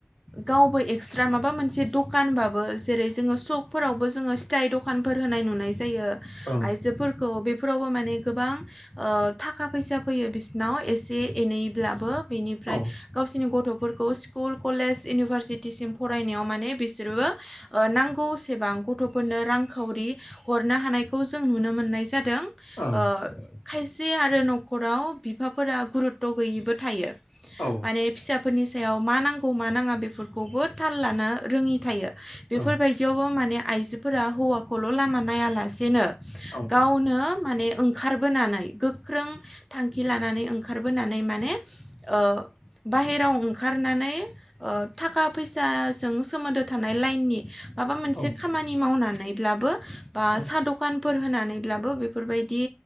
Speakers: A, in the centre; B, on the left.
A: गावबो एक्सट्रा माबा मोनसे दखानबाबो जेरै जोङो सकफोरावबो जोङो सिथाइ दखान फोर होनाय नुनाय जायो
B: ओं
A: आइजोफोरखौ। बेफोरावबो माने गोबां ओ थाखा फैसा फैयो बिसिनाव एसे एनैब्लाबो बेनिफ्राय
B: औ
A: गावसिनि गथ' फोरखौ स्कुल कलेज इउनिभारसिटिसिम फरायनायाव माने बिसोरबो ओ नांगौ सेबां गथ'फोरनो रांखावरि हरनो हानायखौ जों नुनो मोननाय जा दों ओ
B: ओं
A: खायसे आरो न'खराव बिफाफोरा गुरुत्त' गैयिबो थायो।
B: औ
A: माने फिसाफोरनि सायाव मा नांगौ मा नाङा बेफोरखौबो थाल लानो रोङि थायो। बेफोरबायदियावबो
B: ओं
A: माने आइजोफोरा हौवाखौल' लामा नायालासे नो
B: औ
A: गावनो माने ओंखारबोनानै गोख्रों थांखि लानानै ओंखारबोनानै माने ओ बाहेराव ओंखारनानै ओ थाखा फैसाजों सोमोन्दो थानाय लाइननि माबा मोनसे
B: ओं
A: खामानि मावनानैब्लाबो बा
B: ओं
A: साहा दखान फोर होनानैब्लाबो बेफोरबायदि